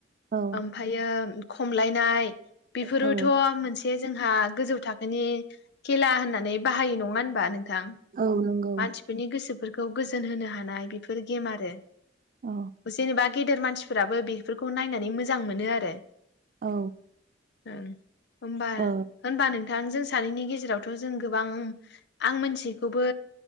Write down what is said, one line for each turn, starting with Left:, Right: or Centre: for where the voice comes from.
Right: औ
Left: ओमफायो खमलायनाय बेफोरोथ'
Right: औ
Left: मोनसे जोंहा गोजौ थाखोनि खेला होननानै बाहायो नङा होनबा नों थां।
Right: औ नंगौ
Left: मानसिफोरनि गोसोफोरखौ गोज जोन होनो हा नाय बेफोर गेम आरो
Right: औ
Left: जेनेबा गेदेर मानसिफोराबो बेफोरखौ नायनानै मोजां मोनो आरो।
Right: औ।
Left: उम होमबा
Right: औ
Left: होनबा नोंथां जों सानैनि गेजेरावथ' जों गोबां आं मोनथियिखौबो